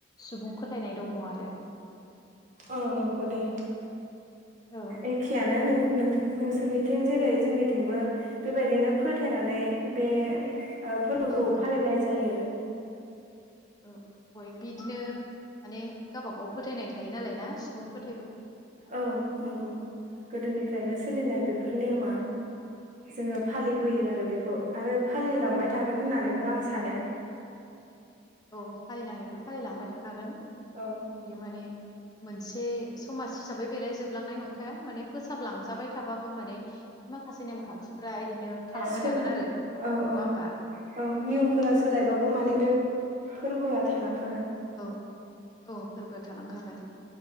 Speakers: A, on the left; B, on the right.
A: सुबुं फोथायनाय दङ आरो
B: औ नंगौ दे
A: औ
B: एखेयान नो नों नोथ नोंसोरनिथिं जेरै जोंनिथिंबो बेबायदिनो फोथायनानै बे ओ फोरबोखौ
A: औ
B: फालिनाय
A: औ
B: जायो <inaudible>
A: औ बयो बिदिनो माने गावबा गाव फोथायनाय थायो नालाय ना सुबुं फोथ
B: औ नंगौ गोदोनिफ्रायनो सोलिनाय बे फोर नेवमा जोङो फालिबोयो
A: औ
B: आरो बेख' आरो फालिलांबाय थागोन
A: औ
B: होननानैबो आं सानो <inaudible>
A: औ फालिलांनायाथ' फालिलांबाय थाखागोन
B: औ
A: बेयो माने मोनसे समाज हिसाबै बेलायजोबलांनाय नंखाया माने फोसाबलांजाबाय थाबाबो माने माखासे नेमखान्थिफ्रा इदिनो थालांबाय
B: साला‌
A: थागोन आरो
B: औ
A: नङा
B: औ
A: होमबा
B: औ नियमफोरा
A: औ
B: सोलायबाबो माने बे फोरबोआ थालांखा
A: औ औ फोरबोआ थालांखागोन